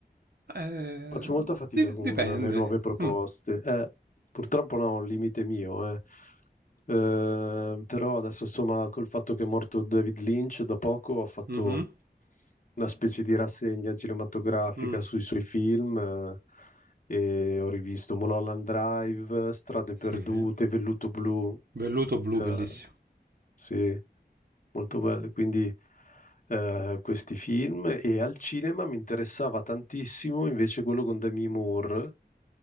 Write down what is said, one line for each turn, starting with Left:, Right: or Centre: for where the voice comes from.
Right: Eh,
Left: Faccio molta fatica
Right: di-
Left: con
Right: dipende.
Left: le nuove proposte.
Right: Mm.
Left: Eh, purtroppo no, è un limite mio, eh. Eh, però adesso insomma col fatto che è morto David Lynch da poco ho fatto
Right: Mhm.
Left: una specie di rassegna cinematografica
Right: Mm.
Left: sui suoi film eh, e ho rivisto Mulholland Drive, Strade Perdute,
Right: Sì.
Left: Velluto Blu,
Right: Velluto blu,
Left: eh,
Right: bellissimo.
Left: sì, molto belle, quindi eh, questi film e al cinema mi interessava tantissimo invece quello con Demi Moore,